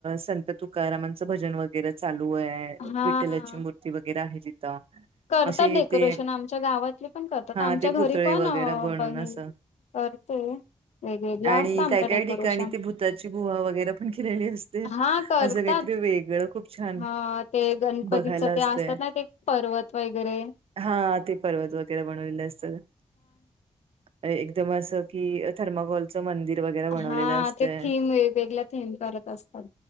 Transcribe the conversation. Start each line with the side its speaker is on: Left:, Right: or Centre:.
Right: संत तुकारामांचं भजन वगैरे चालू आहे
Left: हा
Right: विठ्ठलाची मूर्ती वगैरे आहे तिथं
Left: करतात
Right: असे
Left: डेकोरेशन
Right: ते
Left: आमच्या गावात पण करतात
Right: हा
Left: आमच्या
Right: ते
Left: घरी
Right: पुतळे
Left: पण
Right: वगैरे बनून
Left: बहीण
Right: असं
Left: करते. वेगवेगळा
Right: आणि
Left: असत आमचं
Right: काय काय
Left: डेकोरेशन
Right: ठिकाणी ते भूताची गुहा वगैरे पण केलेली असते.
Left: हा करतात
Right: असं काहीतरी वेगळं खूप छान
Left: हा ते गणपतीच
Right: बघायला
Left: ते
Right: असतंय.
Left: असतात ना ते पर्वत वगैरे
Right: हा ते पर्वत वगैरे बनवले असतात. एकदम अस की थर्माकॉलचं मंदिर वगैरे बनवलेलं
Left: हा
Right: असतय.
Left: ते थीम वेगवेगळ्या थीम करत असतात